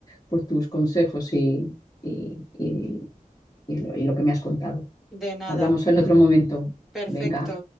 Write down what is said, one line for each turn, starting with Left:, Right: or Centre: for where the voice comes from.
Left: por tus consejos y, y- y- y lo, y lo que me has contado.
Centre: De nada,
Left: Hablamos en otro momento.
Centre: perfecto.
Left: Venga.